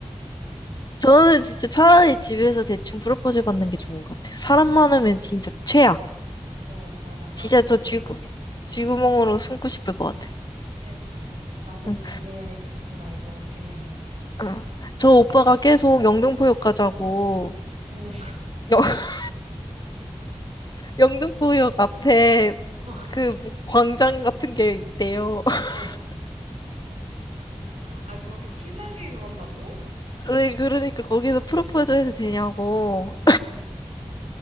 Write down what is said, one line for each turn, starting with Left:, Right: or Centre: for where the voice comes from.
Left: 저는 진짜 차라리 집에서 대충 프로포즈 받는 게 좋은 것 같아요. 사람 많으면 진짜 최악.
Right: 어, 맞아. 나도
Left: 진짜
Right: 그렇게
Left: 저 쥐구,
Right: 생각해.
Left: 쥐구멍으로 숨고 싶을 것 같아요.
Right: 그러니까. 나도
Left: 응.
Right: 그게 더 나을 것 같긴 해.
Left: 응. 저 오빠가 계속 영등포역 가자고,
Right: 음, <laughs>
Left: 영, <laughs> 영등포역 앞에
Right: 어,
Left: 그 무슨 광장 같은 게 있대요. <laughs>
Right: 어. 아, 그렇게 티나게 그런다고?
Left: 네, 그러니까 거기서 프로포즈 해도 되냐고.
Right: 응,